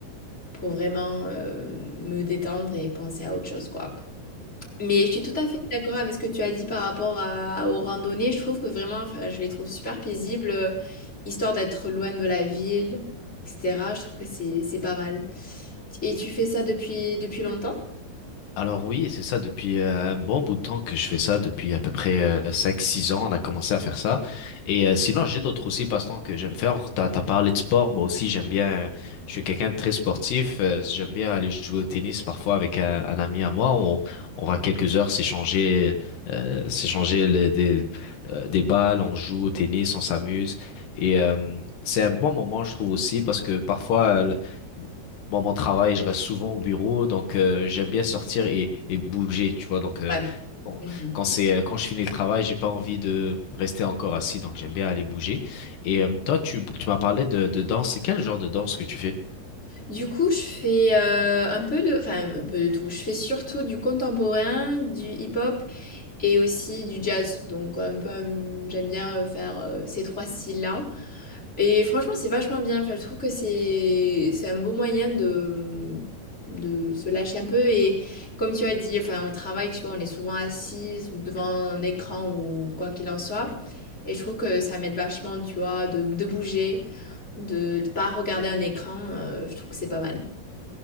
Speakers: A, on the left; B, on the left.
A: pour vraiment euh, me détendre et penser à autre chose, quoi. Mais je suis tout à fait d'accord avec ce que tu as dit par rapport à- aux randonnées. Je trouve que vraiment, enfin, je les trouve super paisibles, euh, histoire d'être loin de la ville, etc. Je trouve que c'est c'est pas mal. Et tu fais ça depuis depuis longtemps?
B: Alors oui, et c'est ça depuis euh, un bon bout de temps que je fais ça, depuis à peu près euh, cinq, six ans, on a commencé à faire ça. Et euh, sinon, j'ai d'autres aussi passe-temps que j'aime faire. T'as, t'as parlé de sport, moi aussi j'aime bien, euh, je suis quelqu'un de très sportif, euh, j'aime bien aller jouer au tennis parfois avec un, un ami à moi. On, on va quelques heures s'échanger, euh, s'échanger les- des, euh, des balles, on joue au tennis, on s'amuse. Et euh, c'est un bon moment, je trouve aussi, parce que parfois... euh, Bon, mon travail, je reste souvent au bureau, donc euh, j'aime bien sortir et, et bouger, tu vois. Donc euh,
A: Vraiment.
B: quand,
A: Mhm.
B: quand c'est euh, quand je finis le travail, j'ai pas envie de rester encore assis, donc j'aime bien aller bouger. Et euh, toi, tu, tu m'as parlé de, de danse. C'est quel genre de danse que tu fais?
A: Du coup, je fais euh, un peu de, enfin un peu de tout. Je fais surtout du contemporain, du hip-hop et aussi du jazz. Donc un peu, hum, j'aime bien euh, faire euh, ces trois styles-là. Et franchement, c'est vachement bien. Enfin, je trouve que c'est c'est un beau moyen de de se lâcher un peu et comme tu as dit, enfin au travail, tu vois, on est souvent assise ou devant un écran ou quoi qu'il en soit. Et je trouve que ça m'aide vachement, tu vois, de, de bouger, de ne pas regarder un écran. euh, je trouve que c'est pas mal.